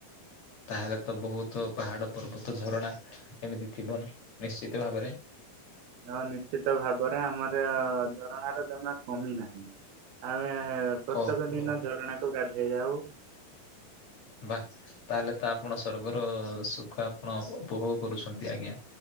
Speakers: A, on the left; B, on the right.
A: ତାହେଲେ ତ ବହୁତ ପାହାଡ ପର୍ବତ ଝରଣା ଏମିତି ଥିବନା ନିଶ୍ଚିତ ଭାବରେ।
B: ହଁ ନିଶ୍ଚିତ ଭାବରେ ଆମର ଝରଣାର ଜମା କମି ନାହିଁ। ଆମେ ପ୍ରତ୍ୟେକ
A: ଓହୋ।
B: ଦିନ ଝରଣାକୁ ଗାଧେଇ ଯାଉ।
A: ବାଃ ତାହେଲେ ତ ଆପଣ ସ୍ବର୍ଗର ସୁଖ ଆପଣ ଉପଭୋଗ କରୁଛନ୍ତି ଆଜ୍ଞା।